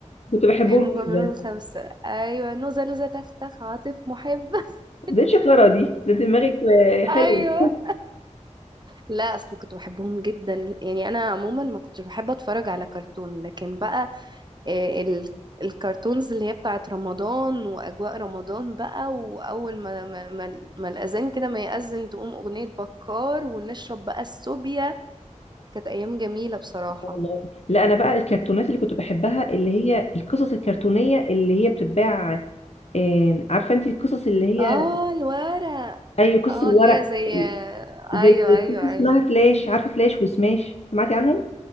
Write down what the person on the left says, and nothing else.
كنت بحبهم
جدا
دي الشطاره دي ده دماغك آه، حلو
والله لا انا بقى الكرتونات اللي كنت بحبها اللي هي القصص الكرتونيه اللي هي بتتباع آه، عارفه انت القصص اللي هي
اي قصص
الورق
زي في
اسمها
فلاش عارفه فلاش وسماش سمعتي عنهم